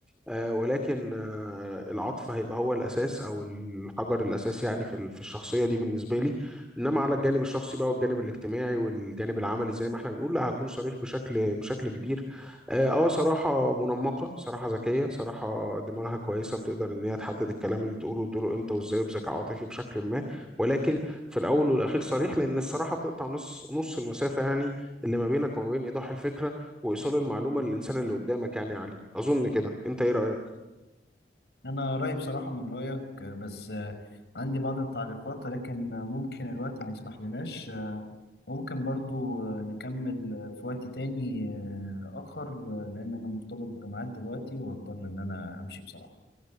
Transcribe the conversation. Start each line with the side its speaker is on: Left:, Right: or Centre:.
Centre: آه، ولكن آه، العطف هيبقى هو الأساس أو الحجر الأساسي يعني في ال- في الشخصية دي بالنسبة لي إنما على الجانب الشخصي بقى والجانب الاجتماعي والجانب العملي زي ما احنا بنقول لا هكون صريح بشكل بشكل كبير اه آه، صراحة منمقة صراحة ذكية صراحة دماغها كويسة بتقدر إن هي تحدد الكلام اللي تقوله وتقوله إمتى وإزاي وبذكاء عاطفي بشكل ما ولكن في الأول والأخير صريح لأن الصراحة بتقطع نص نص المسافة يعني اللي ما بينك وما بين إيضاح الفكرة وايصال المعلومه للانسان اللي قدامك يعني يا علي اظن كده انت ايه رايك
Left: انا رايي بصراحه من رايك آه، بس آه، عندي بعض التعليقات ولكن آه، ممكن الوقت ما يسمح لناش آه، ممكن برضو آه، نكمل آه، في وقت تاني آه، اخر آه، لان انا مرتبط بميعاد دلوقتي واضطر ان انا امشي بصراحه